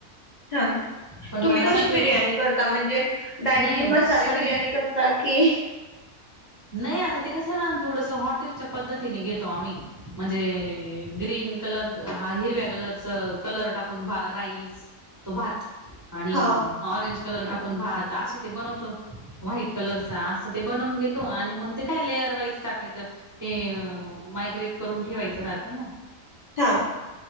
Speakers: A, on the left; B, on the right.
A: सांगा
B: पण
A: तुम्ही
B: मला
A: कशी
B: ना
A: बिर्याणी
B: ते
A: करता म्हणजे डायरेक्टली
B: नाही
A: मसाले
B: सध्या
A: बिर्याणी कर काकी
B: नाही आता ते कसं ना थोडस हॉटेलच्या पद्धतीने घेतो आम्ही म्हणजे ग्रीन कलर हा हिरव्या कलरचा कलर टाकून राईस तो भात आणि
A: हा
B: ऑरेंज कलर टाकून भात असे ते बनवतो व्हाईट कलर अस ते बनवून घेतो. आणि मग ते काय लेअर वाईज टाकायचंअसत ते मायग्रेट करून ठेवायचं राहत ना.
A: हा